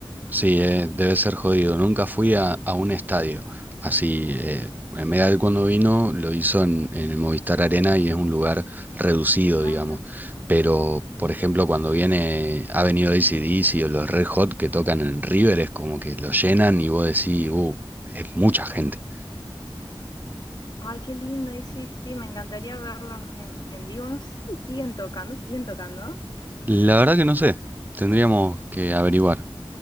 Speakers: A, on the right; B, on the left.
A: Sí, eh, debe ser jodido. Nunca fui a, a un estadio. Así, eh, en Medal cuando vino lo hizo en, en el Movistar Arena y es un lugar reducido,
B: Ah,
A: digamos. Pero, por ejemplo, cuando viene, ha venido AC/DC o los Red Hot que tocan en River, es como que lo llenan y vos decís, uh, es mucha gente.
B: Ay, qué lindo, y sí, sí, me encantaría verlos en, en vivo. No sé si siguen tocando, siguen tocando.
A: La verdad que no sé. Tendríamos que averiguar.